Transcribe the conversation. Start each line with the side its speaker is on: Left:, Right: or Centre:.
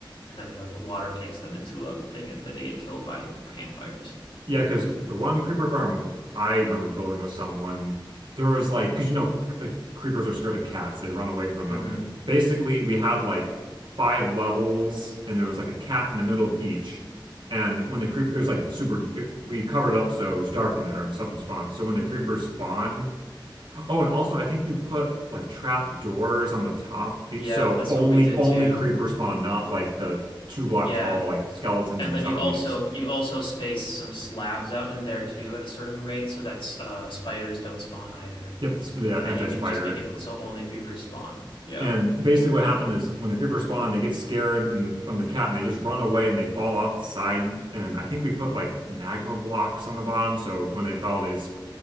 Left: and then like water takes them into a thing and then they get killed by campfires.
Right: Yeah, because the one creeper farm I remember building with someone, there was like because you know like creepers are scared of cats, they run away from
Left: Mm-hmm.
Right: them. Basically, we had like five levels and there was like a cat in the middle of each. And when the creeper, it was like super, it, we covered it up so it was dark in there and stuff would spawn. So when
Left: Mm-hmm.
Right: the creepers spawn, Oh, and also I think you put like trap doors on the top, be-
Left: Yeah,
Right: so
Left: that's
Right: only
Left: what we did
Right: only
Left: too.
Right: creeper spawn, not like the two block
Left: Yeah.
Right: tall like skeletons
Left: And
Right: and
Left: then
Right: zombies.
Left: you also you also space some slabs out in there too at a certain rate so that uh, spiders don't spawn either.
Right: Yep, the, sp- the anti-spider.
Left: And you can just make it so only creepers spawn. Yeah.
Right: And basically, what happened is when the creepers spawn, they get scared and from the cat, and they just run away and they fall off the side. And I think we put like magma blocks on the bottom, so when they fell, they just,